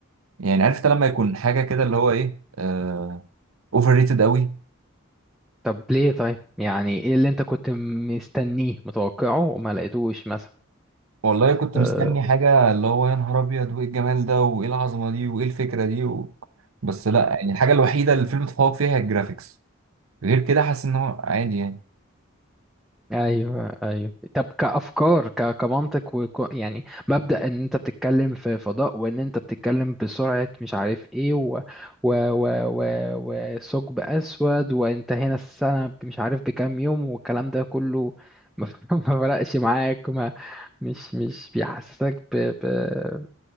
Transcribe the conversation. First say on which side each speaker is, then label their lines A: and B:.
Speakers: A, on the right; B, in the centre.
A: يعني عرفت لما يكون حاجة كده اللي هو إيه آه... اوفر ريتد قوي
B: طب ليه طيب يعني ايه اللي انت كنت مستنيه متوقعه وما لقيتوش
A: والله كنت
B: مثلا
A: مستني حاجة اللي هو يا نهار أبيض وإيه الجمال ده وإيه العظمة دي وإيه الفكرة دي و... بس لأ يعني الحاجة الوحيدة اللي الفيلم اتفوق فيها هي الجرافيكس غير كده حاسس إن هو عادي يعني
B: ايوه ايوه طب كافكار ك... كمنطق وك... يعني مبدا ان انت بتتكلم في فضاء وان انت بتتكلم بسرعه مش عارف ايه و... و... و... و... وثقب اسود وانت هنا السنه مش عارف بكام يوم والكلام ده كله <laughs> ما ما فرقش معاك ما مش مش بيحسسك ب... ب...